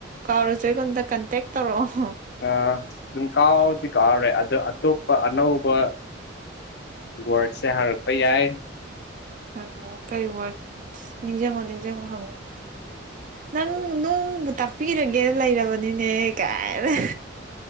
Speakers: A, on the right; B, on the left.
A: ꯀꯥꯎꯔꯁꯨ ꯑꯩꯉꯣꯟꯗ ꯀꯟꯇꯦꯛ ꯇꯧꯔꯛꯑꯣ
B: ꯑ ꯁꯨꯝ ꯀꯥꯎꯗꯤ ꯀꯥꯎꯔꯦ ꯑꯗꯣ ꯑꯇꯣꯞꯄ ꯑꯅꯧꯕ ꯋꯥꯔꯗꯁꯦ ꯍꯥꯡꯔꯛꯄ ꯌꯥꯏ
A: ꯍꯪꯉꯣ ꯀꯔꯤ ꯋꯥꯔꯗ ꯅꯤꯡꯁꯤꯡꯪꯉꯣ ꯅꯤꯡꯁꯤꯡꯪꯉꯣ ꯍꯪꯉꯣ ꯅꯪ ꯅꯣꯡꯕꯨ ꯇꯥꯛꯄꯤꯔꯒꯦꯅ ꯂꯩꯔꯕꯅꯤꯅꯦ ꯀꯥꯏꯔ